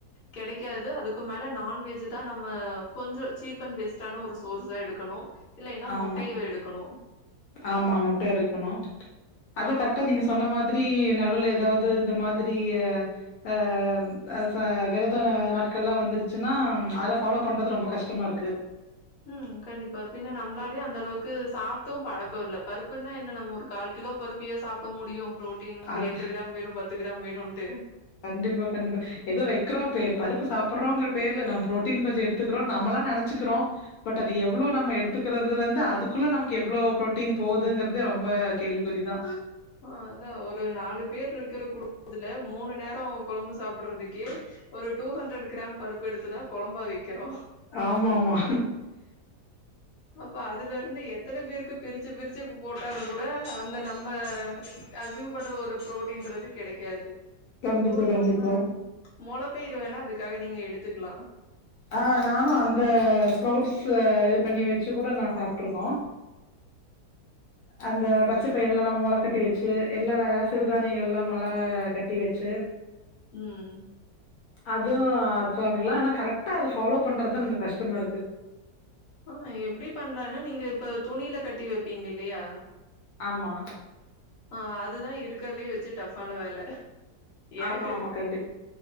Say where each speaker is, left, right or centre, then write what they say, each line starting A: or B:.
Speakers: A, on the left; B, on the left.
A: கெடைக்காது அதுக்கு மேல நான்வெஜ்ஜூ தா நம்ம கொஞ்சோ சீப் அண் பெஸ் ட்டான ஒரு சோர்ஸா எடுக்கணு இல்லைன்னா
B: ஆமா
A: முட்டையவ எடுக்கணு
B: ஆமா முட்ட எடுக்கணு அது
A: ஆ
B: கரெக்டா
A: அப்ப
B: நீங்கஸ் சொன்ன மாதிரி நடுல ஏதாவது இந்த மாதிரி அ அ அ ப விரத நாட்கள்லா வந்து ச்சுன்னா அதுல ஃபாலோ பண்றது ரொம்ப கஷ்டமா இருக்கு
A: ம் கண்டிப்பா பின்ன நம்ளாலே அந்த அளவுக்கு சாப்ட்டு பழக்கோ இல்ல அப்பின்னா நம்ம ஒரு கால் கிலோ பருப்பியா சாப்ட முடியு ப்ரோட்டீன் ஒரு
B: அது
A: எட்டு கிராம் வேணு பத் து க்ராம் வேணுன்ட்டு
B: கண்டிப்பா கண்டிப்பா எதோ வெக்கிறோ பே பருப்பு சாப்டுறோங்கிற பேருல நம் ப்ரோட்டீன் கொஞ்சோ எடுத்துக்குறோ நம்மலா நெனச்சிக்கிறோ பட் அது எவ்ளோ நம்ம எடுத்துக்கிறதுலந்து அதுக்குள்ள நமக்கு எவ்ளோ ப்ரோட்டீன் போதுங்கறதே ரொம்ப கேள்வி புரிதா
A: ஆ அதா ஒரு நாலு பேர் இருக்கிற குடும்பத்துல மூணு நேரோ கொழம்பு சாப்டுறதுக்கே ஒரு டூ ஹண்ட்ரட் க்ரம் பருப்பெடுத்துதா கொழம்பா வெக்கிறோ
B: ஆமாமா
A: அப்ப அதுல இருந்து எத்தன பேருக்கு பிரிச்சு பிரிச்சு போட்டாலு கூட அந்த நம்ம அம் அஸ்யூம் பண்ற ஒரு ப்ரோட்டீன்றது கெடைக்காது
B: கண்டிப்பா
A: சோ
B: கண்டிப்பா.
A: நம்ம மொளப்பயிர் வேணா அதுக்காக நீங்க எடுத்துக்லா
B: ஆ நானு அந்த ஸ்ப்ரௌட்ஸ் இது பண்ணி வச்சு கூட நா சாப்ட்ருக்கோ அந்த பச்சட் பயர் எல்லா நம்ம மொள கட்டி வச்சு எல்லா சிறுதானியள் எல்லா மொள கட்டி வச்சி
A: ம்
B: அது சாப்புட்லா ஆனா கரெக்டா அத ஃபாலோ பண்றது நமக் கஷ்டமா இருக்கு
A: ஆ எப்டி பண்லானா நீங்க இப்ப துணியில கட்டி வெப்பீங்க இல்லையா
B: ஆமா
A: ஆ அதுதா இருக்கதுலயே வச்சி டஃப்பான வேல
B: ஆமா
A: எனக்கு.
B: ஆமா கண்டிப்